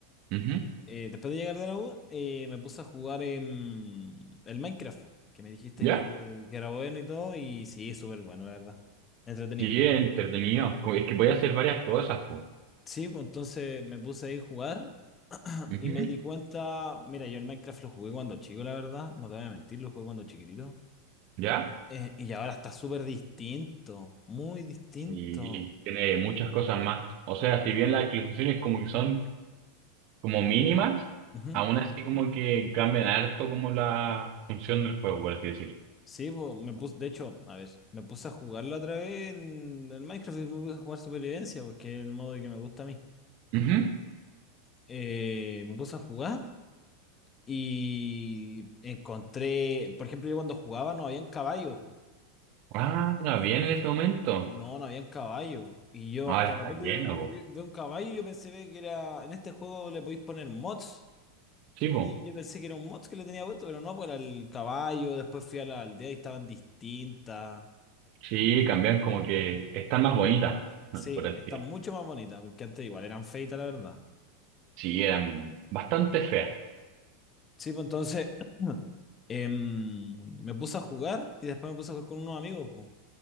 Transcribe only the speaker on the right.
Ujú.
¿Ya?
Sí, es entretenido. Co- Es que puede hacer varias cosas, po.
Ujú.
¿Ya?
Sí, tiene muchas cosas más. O sea, si bien las actualizaciones como que son como mínimas,
aún así como que cambian harto como la función del juego, por así decir.
Ujú.
Ah, no, bien en ese momento.
Ahora
está
lleno,
po.
Sí,
po.
Sí, cambian como que están más bonitas,
<laughs> por así
decir.
Sí, eran bastante feas.